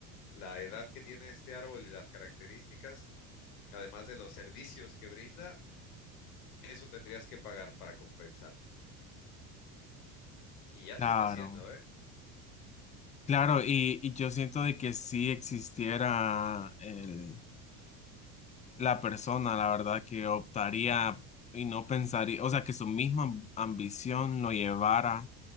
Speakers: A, on the left (about 75°); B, on the left (about 15°).
A: la edad que tiene este árbol y las características, además de los servicios que brinda, eso tendrías que pagar para compensar. Y ya
B: Claro,
A: se está haciendo, ¿eh?
B: claro, y, y yo siento de que si existiera el- la persona, la verdad, que optaría y no pensaría, o sea, que su misma ambición lo llevara